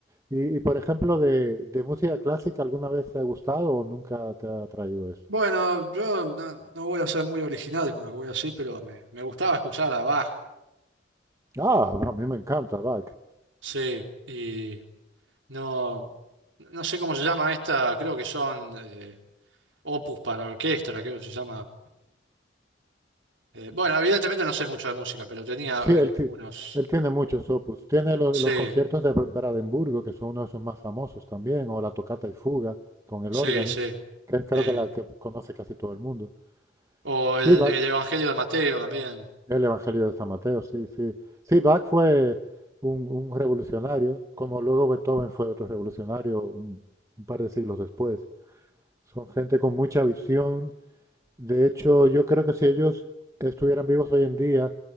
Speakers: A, on the right (about 15°); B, on the right (about 85°).
A: Y, y, por ejemplo, de, de música clásica, ¿alguna vez te ha gustado o nunca te ha atraído eso?
B: Bueno, yo no, no voy a ser muy original con lo que voy a decir, pero me, me gustaba escuchar a Bach. eh,
A: Ah, a mí me encanta Bach.
B: sí, y no, no sé cómo se llama esta, creo que son eh, opus para orquesta, creo que se llama. Eh, bueno, evidentemente no sé mucho de música, pero tenía
A: Sí,
B: eh,
A: él, ti-
B: unos...
A: él tiene muchos opus. Tiene los,
B: Sí,
A: los conciertos de Br- Brandenburgo, que son uno de sus más famosos también, o la tocata y fuga con el
B: sí,
A: órgano,
B: sí.
A: que es creo
B: Eh,
A: que la que conoce casi todo el mundo.
B: o
A: Sí,
B: el,
A: Bach,
B: el Evangelio de Mateo también.
A: el Evangelio de San Mateo, sí, sí. Sí, Bach fue un, un revolucionario, como luego Beethoven fue otro revolucionario un un par de siglos después. Son gente con mucha visión De hecho, yo creo que si ellos estuvieran vivos hoy en día,